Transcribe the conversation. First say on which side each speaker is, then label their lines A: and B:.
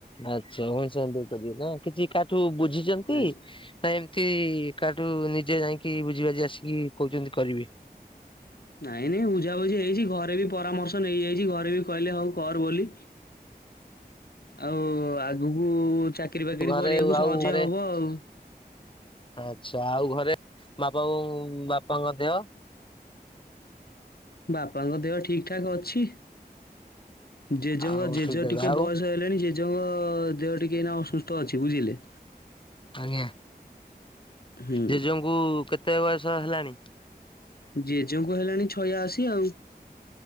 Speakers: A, on the left (about 30°); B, on the left (about 65°).
A: ଆଚ୍ଛା ଭୋନଶ୍ୱରରେ କରିବେ ନା କିଛି କାଠୁ ବୁଝ। ବୁଝୀଛନ୍ତି
B: ଆଜ୍ଞା
A: ନା ଏମତି କାଠୁ ନିଜେ ଯାଇକି। କି ବୁଝି ବାଝୀ ଆସିକି କହୁଛନ୍ତି କରିବେ।
B: ନାଇଁ ନାଇଁ ବୁଝାବୁଝି ହେଇଛି, ଘରେ ବି ପରାମର୍ଶ ନେଇଯାଇଛି ଘରେ ବି କହିଲେ ହଉ କର ବୋଲି। ଆଉ ଆଗକୁ ଚାକି ଚାକିରି ବାକିରି
A: ଘରେ
B: କରିବାକୁ
A: ଆଉ
B: ସହଜିଆ
A: ଘରେ
B: ହବ ଆଉ।
A: ଆଚ୍ଛା ଆଉ ଘରେ ବାପା ବୋଉ ବାପାଙ୍କ ଦେହ।
B: ବାପାଙ୍କ ଦେହ ଠିକ ଠାକ ଅଛି। ଜେଜେଙ୍କ
A: ଆଉ
B: ଜେଜ
A: ଠିକ ଅଛି
B: ଟିକେ
A: ଆଉ
B: ବୟସ ହେଲେଣି ଜେ ଜେଜ ଙ୍କ ଦେହ ଟିକେ ଏଇନା ଅସୁସ୍ଥ ଅଛି ବୁଝିଲେ।
A: ଆଜ୍ଞା,
B: ହୁଁ।
A: ଜେଜଙ୍କୁ କେତେ ବୟସ ହେଲାଣି?
B: ଜେଯେଙ୍କୁ ବା ହେଲାଣି ଛୟାଅଶୀ ଆଉ।